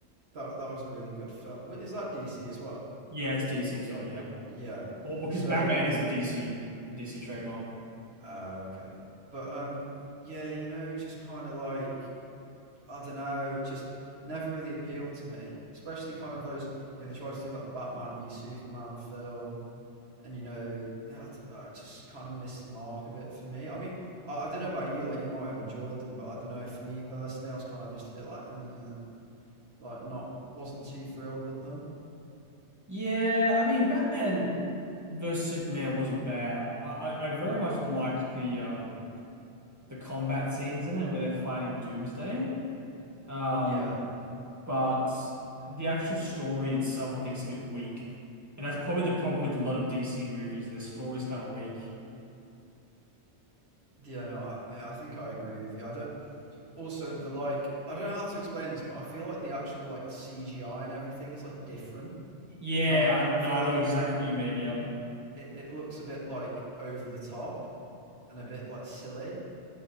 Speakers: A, on the right; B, on the right.
A: that that was a really good film is that dc as well
B: Yeah, it's DC's though. Yeah.
A: yeah
B: Well, because
A: so
B: Batman is a DC DC trademark.
A: Oh, okay. But um, yeah, you know, just kind of like I don't know, just never really appealed to me. Especially kind of those, you know, they tried to do that Batman v Superman film, and you know, I I just kind of missed the mark a bit for me. I mean, I, I don't know about you, like you might have enjoyed them, but I don't know. For me personally, I was kind of just a bit like, eh, like not wasn't too thrilled with them.
B: Yeah, I mean Batman versus Superman wasn't bad. I, I I very much liked the um the combat scenes in it where they're fighting Doomsday. Um,
A: Yeah,
B: but the actual story itself I think is a bit weak. And that's probably the problem with a lot of DC movies. Their story's kind of weak.
A: yeah, no, I, mate, I think I agree with you. I don't. also the like I don't know how to explain this, but I feel like the actual like CGI and everything is like different.
B: Yeah,
A: Do you know what I mean?
B: I,
A: I
B: no,
A: feel
B: I
A: like
B: know
A: it
B: exactly what you mean. Yep.
A: it, it looks a bit like over the top and a bit like silly.